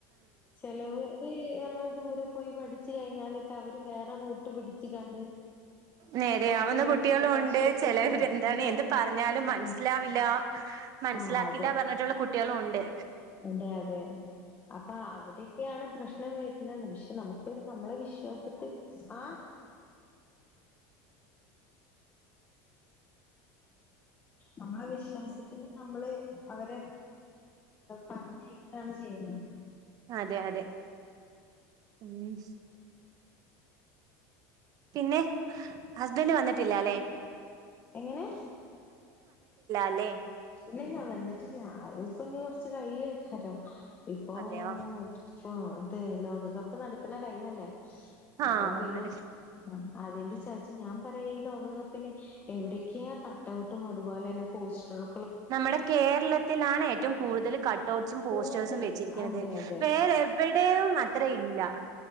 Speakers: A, on the left; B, on the right.
A: ചെലോര് ഞമ്മള് ദൂരെ പോയി പഠിച്ച് കഴിഞ്ഞാലൊക്കെ അവര് വേറെ റൂട്ട് പിടിച്ച്കാണ്ട്
B: നേരെയാവുന്ന
A: ബാക്കിയുള്ളോലെയൊക്കെ
B: കുട്ടിയ ളുണ്ട്
A: നശിപ്പിക്കണം
B: ചെലേവര്
A: ഓഹ്
B: എന്താണ്
A: അങ്ങനെ
B: എന്ത് പറഞ്ഞാലും
A: അത്
B: മനസിലാവില്ല
A: ആഹ്
B: മനസിലാക്കില്ല
A: ആഹ് അതെ
B: പറഞ്ഞിട്ട്ള്ള കുട്ട്യാളും ഒണ്ട്.
A: അതെ അതെ അപ്പൊ അവിടൊക്കെയാ പ്രശ്നം വരുന്നാണ് പക്ഷെ നമുക്കൊരു നമ്മളെ വിശ്വാസത്തിൽ ആ നമ്മളെ വിശ്വാസത്തിന് നമ്മള് അവരെ പറഞ്ഞക്കാണ് ചെയ്യുന്നത്.
B: അതെ അതെ മ്മ് പിന്നെ ഹസ്ബൻഡ് വന്നിട്ടില്ലാലെ
A: എങ്ങനെ
B: അല്ലേ
A: ഇല്ല ഇല്ല വന്നിട്ടില്ല അത്പ്പഞ് കൊർച്ച് കഴിയുയേക്കാരം ഇപ്പോ
B: അതെയോ
A: ഇപ്പ ഇത് ലോകകപ്പ് നടക്ണ ടൈമല്ലേ
B: ആഹ്
A: അപ്പം പിന്നെ
B: അതെ
A: അതിന്റെ ച് വിചാരിച് ഞാൻ പറയാ ഈ ലോകകപ്പിന് എവിടൊക്കെയ കട്ടഔട്ടും അതുപോലെ തന്നെ പോസ്റ്ററും
B: നമ്മടെ കേരളത്തിലാണ് ഏറ്റവും കൂടുതൽ കട് കട്ടൗട്സും പോസ്റ്റേഴ്സും
A: കൂടുതൽ
B: വെച്ചിരിക്കുന്നത്
A: അതെ അതെ
B: വേറെ എവിടെയും അത്ര ഇല്ല.